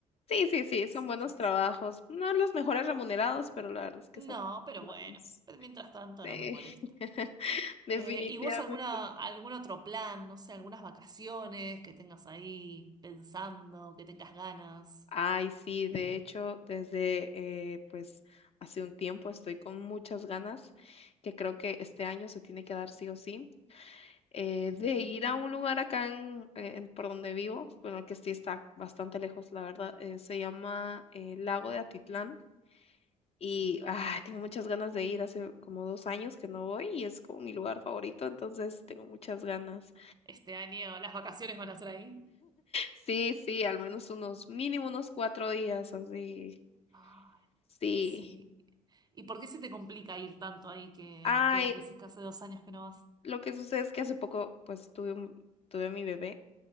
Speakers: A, on the left; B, on the right.
A: sí, sí, sí,
B: Así
A: son buenos
B: que es.
A: trabajos. No los mejores remunerados, pero la verdad es que
B: No,
A: son
B: pero
A: buenos.
B: bueno, pero mientras tanto
A: Sí,
B: no me molesta.
A: <laughs> definitivamente.
B: Eh, ¿y vos alguna, algún otro plan, no sé, algunas vacaciones que tengas ahí pensando, que tengas ganas?
A: Ay, sí, de hecho, desde eh, pues hace un tiempo estoy con muchas ganas, que creo que este año se tiene que dar sí o sí, eh, de ir a un lugar acá en, eh, en- por donde vivo, bueno, que sí está bastante lejos, la verdad, eh, se llama eh, Lago de Atitlán y
B: Sí.
A: ay, tengo muchas ganas de ir, hace como dos años que no voy y es como mi lugar favorito, entonces tengo muchas ganas.
B: Este año las vacaciones van a ser ahí.
A: Sí, sí, al menos unos, mínimo unos cuatro días, así.
B: Ay,
A: Sí.
B: sí. ¿Y por qué se te complica ir tanto ahí que,
A: Ay,
B: que vos decís que hace dos años que no vas?
A: Lo que sucede es que hace poco, pues, tuve un, tuve mi bebé